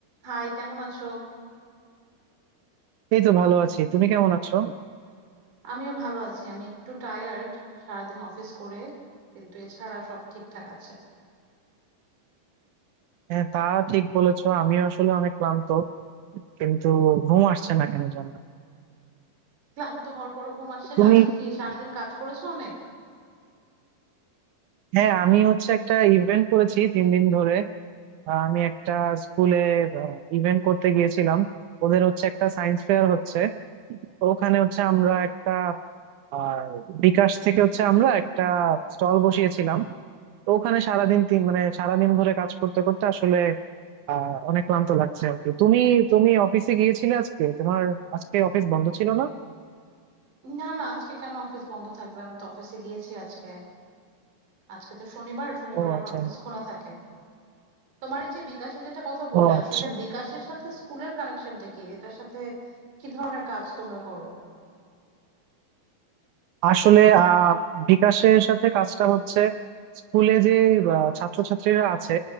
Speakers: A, on the right; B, on the right.
A: High, কেমন আছো?
B: এই তো ভালো আছি তুমি কেমন আছো
A: আমিও ভালো আছি। আমি একটু টায়ার্ড, সারাদিন অফিস করে, কিন্তু এছাড়া সব ঠিকঠাক আছে।
B: হ্যাঁ তা ঠিক বলেছো আমিও আসলে অনেক ক্লান্ত কিন্তু ঘুম আসছে না কেন জানো
A: ক্লান্ত হওয়ার পরও ঘুম আসছে
B: তুমি
A: না। আজকে কি সারাদিন কাজ করেছো অনেক?
B: হ্যাঁ আমি হচ্ছে একটা ইভেন্ট করেছি তিন দিন ধরে আহ, আমি একটা স্কুলে ইভেন্ট করতে গিয়েছিলাম ওদের হচ্ছে একটা সায়েন্স ফেয়ার হচ্ছে তো ওখানে হচ্ছে আমরা একটা আহ, বিকাশ থেকে হচ্ছে আমরা একটা স্টল বসিয়েছিলাম তো ওখানে সারাদিন তিন মানে সারাদিন ধরে কাজ করতে করতে আসলে আহ অনেক ক্লান্ত লাগছে আর কি তুমি তুমি অফিসে গিয়েছিলে আজকে তোমার আজকে অফিস বন্ধ ছিল না
A: না না, আজকে কেন অফিস বন্ধ থাকবে? আমি তো অফিসে গিয়েছি আজকে। আজকে তো শনিবার, শনিবার
B: ও
A: আমার
B: আচ্ছা
A: অফিস খোলা থাকে। তোমার এই যে বিকাশে যেটা কথা বললে,
B: ও আচ্ছা
A: আসলে বিকাশের সাথে স্কুলের কানেকশনটা কি? এটার সাথে কি ধরনের কাজ তোমরা করো?
B: আসলে আহ বিকাশের সাথে কাজটা হচ্ছে স্কুলে যে আহ, ছাত্রছাত্রীরা আছে